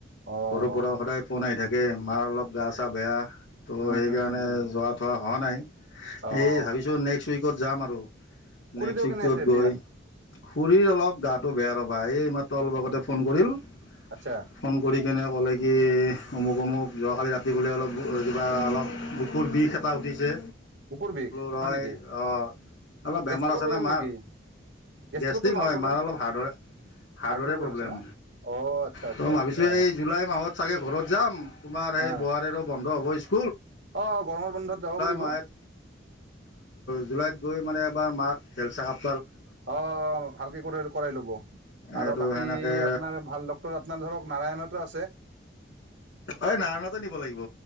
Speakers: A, on the right; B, on the left.
A: অ'।
B: ঘৰৰ পৰা সদায় ফোন আহি থাকে মাৰ অলপ গা চা বেয়া ত'
A: উম
B: সেইকাৰণে
A: হম হম হম
B: যোৱা থোৱা হোৱা নাই
A: অ'।
B: ।এই ভাবিছো। নেক্সট উইকত যাম আৰু। <unintelligible>
A: খুৰীদেউ
B: নেক্স উইকটোত
A: কেনে আছে এতিয়া?
B: গৈ। খুড়ীৰ অলপ গাত টো বেয়া ৰ'বা এই মাত্ৰ অলপ আগতে ফোন কৰিল।
A: আচ্ছা
B: ফোন কৰি কেনে ক'লে কি অমুক অমুক। যোৱাকালি ৰাতি বোলে অলপ কিবা অলপ বুকুৰ বিষ এটা উঠিছে।
A: বুকুৰ বিষ?
B: তই?
A: হয় নেকি?
B: অ। অলপ বেমাৰ
A: গেষ্ট্ৰিকৰ
B: আছে
A: প্ৰব্লেম
B: না মাৰ।
A: নেকি? গেষ্ট্ৰিকৰটো
B: গেষ্ট্ৰিক নহয়,
A: প্ৰব্লেম
B: মাৰ অলপ হাৰ্ডৰে হাৰ্ডৰে
A: হাৰ্টৰ
B: প্ৰব্লেম।
A: আছে না? অ' আচ্ছা আচ্ছা
B: ত' ম ভাবিছো
A: আচ্ছা
B: এই জুলাই মাহত চাগে ঘৰত যাম তোমাৰ
A: হা
B: সেই বোৱাৰীৰো বন্ধ অ অৱশ্যে।
A: অ গৰমৰ বন্ধত যাব পাৰিব।
B: মাহত জুলাইত গৈ মানে এবাৰ মাক হেল্থ চেকআপ
A: অ ভালকে কৰি কৰাই ল'ব।
B: এইটো
A: আৰু বাকী
B: সেনেকৈ
A: আপোনাৰ ভাল আপোনাৰ ধৰক নাৰায়ণাতো আছে।
B: ঐ নাৰায়ণাতে নিব লাগিব।